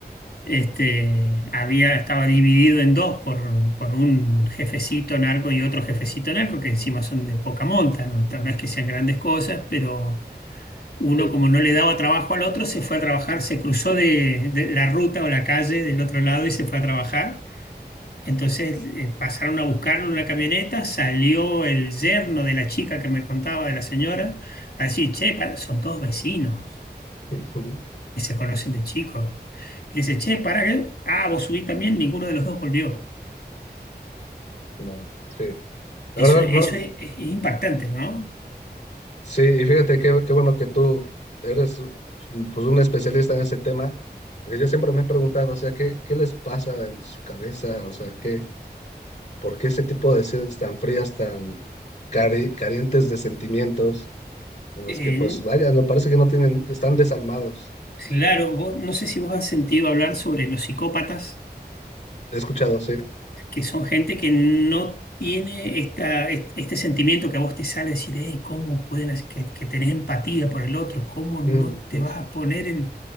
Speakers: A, on the left; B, on the left.
A: este, había, estaba dividido en dos por, por un jefecito narco y otro jefecito narco, que encima son de poca monta, ¿no? No es que sean grandes cosas, pero Uno,
B: Sí.
A: como no le daba trabajo al otro, se fue a trabajar, se cruzó de, de la ruta o la calle del otro lado y se fue a trabajar. Entonces eh, pasaron a buscarlo en una camioneta, salió el yerno de la chica que me contaba, de la señora, así, che, para, son todos vecinos
B: Ujú.
A: que se conocen de chicos. Y le dice, che, para, que, ah, vos subís también, ninguno de los dos volvió.
B: No, sí. La
A: Eso,
B: verdad,
A: eso
B: no,
A: es, es impactante, ¿no?
B: sí, y fíjate qué, qué bueno que tú eres pues un especialista en ese tema, porque yo siempre me he preguntado, o sea, ¿qué, qué les pasa en su cabeza? O sea, ¿qué, por qué ese tipo de decisiones tan frías, tan cari- carentes de sentimientos? en los
A: En-
B: que pues vaya, no parece que no tienen, están desalmados.
A: claro, vos, no sé si vos has sentido hablar sobre los psicópatas
B: He escuchado, sí.
A: que son gente que no tiene esta, est- este sentimiento que a vos te sale decir, hey, ¿cómo pueden hacer que, que tenés empatía por el otro? ¿Cómo no
B: Mm,
A: te
B: mm,
A: vas a poner en